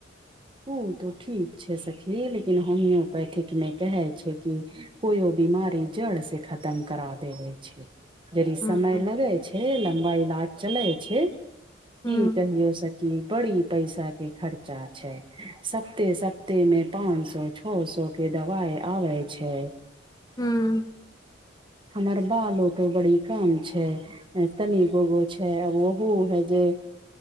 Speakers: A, on the right (about 25°); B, on the left (about 20°).
A: उ तऽ ठीक छै सखी लेकिन होमियोपैथिकमे कहै छै कि कोइो बीमारी जड़ से खत्म करा देबे छै यदि समय
B: हँ
A: लगै छै लम्बा इलाज चलै छै
B: हँ
A: कि कहियो सखी की बड़ी पैसा के खर्चा छैसप्ते सप्ते में पांच सौ छौ सौ के दवाई आबे छै
B: हूँ
A: हमर बालओ तो बड़ी काम छै तनी गोगो छै है आब ओहो ओहो जे